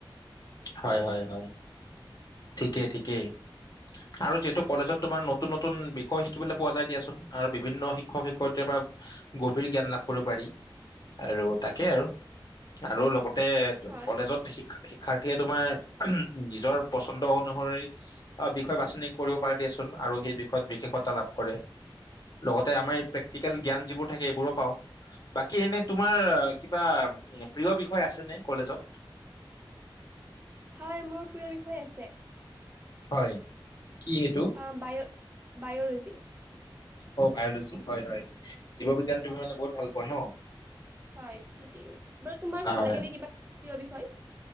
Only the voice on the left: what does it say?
হয় হয় হয় ঠিকেই ঠিকেই। আৰু যিহেতু কলেজত তোমাৰ নতুন নতুন বিষয় শিকিবলৈ পোৱা যায় দিয়াচোন আৰু বিভিন্ন শিক্ষক শিক্ষয়িত্ৰী। গভীৰ জ্ঞান লাভ কৰিব পাৰি আৰু তাকেই আৰু আৰু লগতে।
কলেজত শিক্ষা। সেই তোমাৰ উম নিজৰ পচন্দ অনুসৰি বিষয় বাছনি কৰিব পাৰ দিয়াচোন আৰু। এই বিষত বিশেষতা লাভ কৰে। লগতে আমাৰ প্ৰেক্টিকেল জ্ঞান যিবোৰ থাকে এইবোৰো পাওঁ। বাকী এনে তোমাৰ কিবা প্ৰিয় বিষয় আছে নে কলেজত?
হয়। কি সেইটো
অ, বায়লজি হয়, হয়। জীৱ বিজ্ঞান তুমি
মানে বহুত ভাল পোৱা ন?
অ